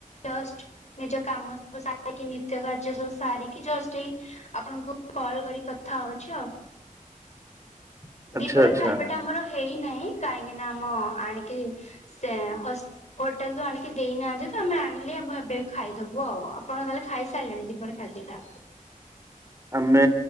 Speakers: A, on the left; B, on the right.
A: ଦୃଷ୍ଟ ନିଜ କାମ ସବୁ ସାରିକି ନିତ୍ୟ କାର୍ଯ୍ୟ ସବୁ ସାରିକି ଜଷ୍ଟ ହେଇ ଆପଣଙ୍କୁ କଲ କରି କଥା ଖାଉଛି ଆଉ
B: <inaudible> ଆଚ୍ଛା
A: ଦିପହରରେ
B: ଆଚ୍ଛା।
A: ଖାଇବା ଟା ଆମର ହେଇନାହିଁ କାହିଁକି ନା ଆମ ଆଣିକି ସେ ହସ୍ ହୋଟେଲ ରୁ ଆଣିକି ଦେଇନାହାନ୍ତି ତ ଆମେ ଆଣିଲେ ଆମେ ଏବେ ବି ଖାଇଦବୁ ଆପଣଙ୍କ ତାହେଲେ ଖାଇସାରିଲଣି ଦୀପରେ ଖାଇଵ ଦିଟା
B: <inaudible> ଆମେ